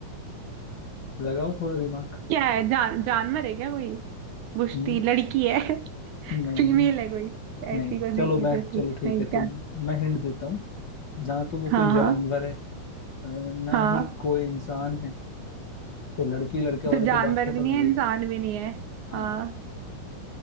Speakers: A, on the left; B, on the right.
A: लगाओ थोड़ा दिमाग
B: क्या है जान जानवर है क्या कोई बुझती
A: हम्म।
B: लड़की है
A: नहीं
B: फीमेल है कोई
A: नहीं
B: ऐसी कौन
A: चलो
B: सी चीजें
A: मैं
B: पूछना
A: चलो ठीक
B: है
A: है तो
B: क्या
A: मैं हिंट देता हूँ ना तो वो
B: हाँ
A: कोई
B: हाँ
A: जानवर है अ, ना
B: हाँ
A: ही कोई इंसान है तो लड़की लड़का वाली
B: तो जानवर
A: तो बात खत्म
B: भी नहीं
A: हो
B: है
A: गई
B: इंसान भी नहीं है
A: हाँ
B: हाँ